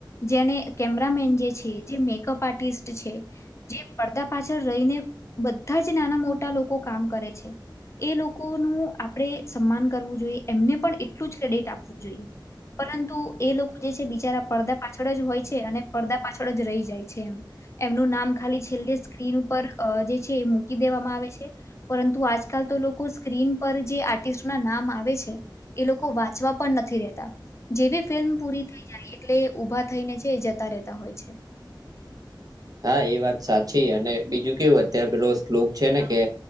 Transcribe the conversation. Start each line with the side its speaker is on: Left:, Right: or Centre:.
Left: જેને કેમેરામેન જે છે, જે મેકઅપ આર્ટિસ્ટ છે. જે પડદા પાછળ રહીને, બધા જ નાના મોટા લોકો કામ કરે છે. એ લોકોનું આપણેે સન્માન કરવું જોઈએ. એમને પણ એટલું જ ક્રેડિટ આપવું જોઈએ. પરંતુ એ લોકો જે છે, તે બિચારા પડદા પાછળ જ હોય છે અને પડદા પાછળ જ રહી જાય છે. છે એમ, એમનું નામ ખાલી છેલ્લે સ્ક્રીન ઉપર જે છે એ મૂકી દેવામાં આવે છે. પરંતુ આજકાલ તો લોકો સ્ક્રીન પર જે આર્ટિસ્ટ ના નામ આવે છે. એ લોકો વાંચવા પણ નથી રહેતા. જેવી ફિલ્મ પૂરી થઈ જાય એટલે ઊભા થઈને જે જતા રહેતા હોય છે.
Right: હા એ વાત સાચી અને બીજું કેવું અત્યારે પેલો શ્લોક છે ને કે,